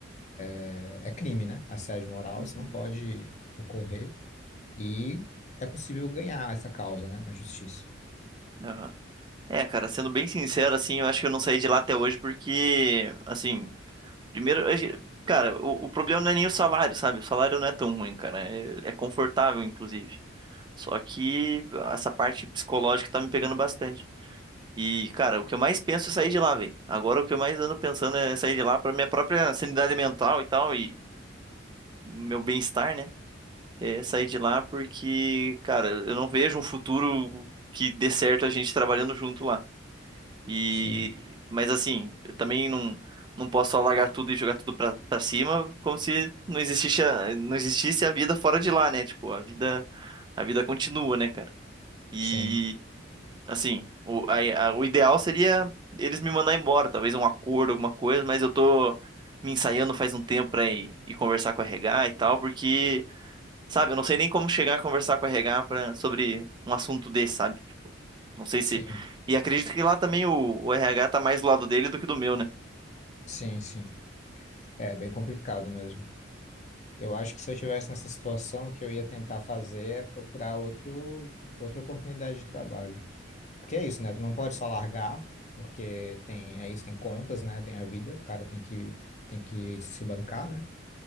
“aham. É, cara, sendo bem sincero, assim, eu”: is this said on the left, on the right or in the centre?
Right